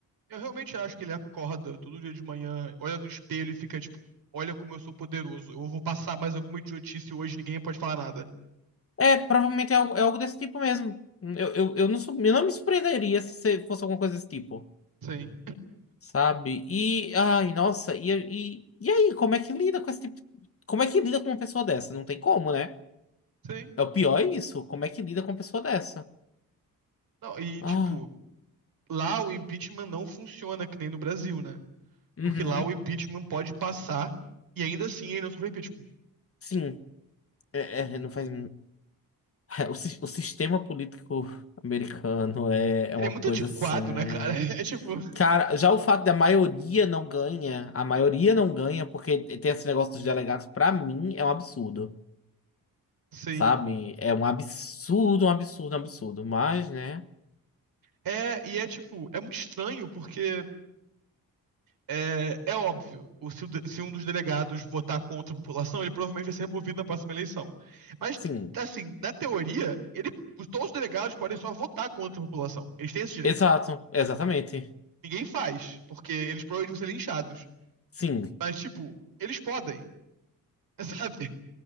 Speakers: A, on the right; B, on the left.
A: Eu realmente acho que ele acorda todo dia de manhã, olha no espelho e fica tipo, olha como eu sou poderoso. Eu vou passar mais alguma idiotice hoje, ninguém pode falar nada.
B: É, provavelmente é algo, é algo desse tipo mesmo. Eu, eu, eu não, sou- eu não me surpreenderia se você fosse alguma coisa desse tipo,
A: Sim.
B: sabe? E, ai, nossa, e, e, e aí, como é que lida com esse tipo de- Como é que lida com uma pessoa dessa? Não tem como, né?
A: <laughs> Sim.
B: É o pior é isso. Como é que lida com uma pessoa dessa?
A: Não, e
B: Ah,
A: tipo, lá o impeachment não funciona que nem no Brasil, né?
B: uhum,
A: Porque lá o impeachment pode passar e ainda assim ele não sofre impeachment.
B: sim. É, é, não faz. É, O, sis- o sistema político americano é, é
A: Ele
B: uma
A: é muito
B: coisa
A: antiquado,
B: assim.
A: né, cara? <laughs> É tipo,
B: Cara, já o fato da maioria não ganha, a maioria não ganha porque tem esse negócio dos delegados, pra mim é um absurdo,
A: sim.
B: sabe? É um absurdo, um absurdo, um absurdo. Mas, né?
A: É, e é tipo, é muito estranho porque É, é óbvio, o- se, o de- se um dos delegados votar contra a população, ele provavelmente vai ser removido na próxima eleição. Mas,
B: Sim.
A: assim, na teoria, ele, os- todos os delegados podem só votar contra a população. Eles têm esse direito.
B: Exato, exatamente.
A: Ninguém faz, porque eles provavelmente vão ser linchados.
B: Sim.
A: Mas, tipo, eles podem, <laughs> sabe?